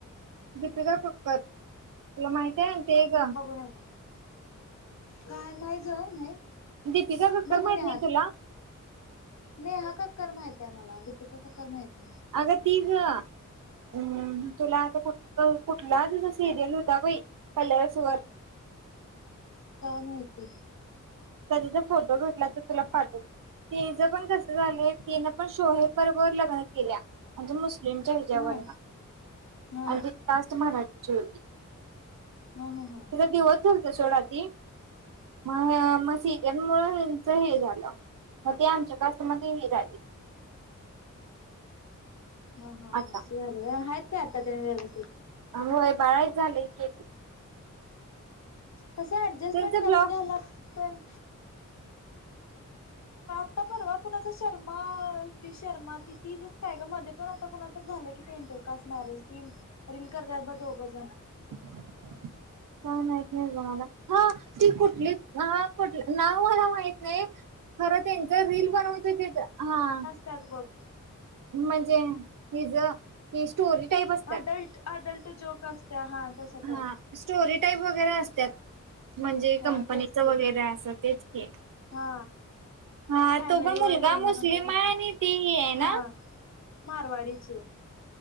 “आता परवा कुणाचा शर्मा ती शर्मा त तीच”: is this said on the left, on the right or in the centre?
Left